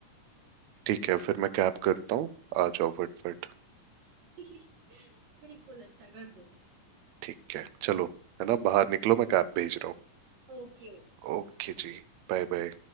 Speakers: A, on the right; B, on the right.
A: ठीक है फिर मैं कैब करता हूँ आ जाओ फटफट
B: <laughs> बिल्कुल अच्छा कर दो
A: ठीक है चलो है ना बाहर निकलो मैं कैब भेज रहा
B: ओके
A: हूँ ओके जी बाय बाय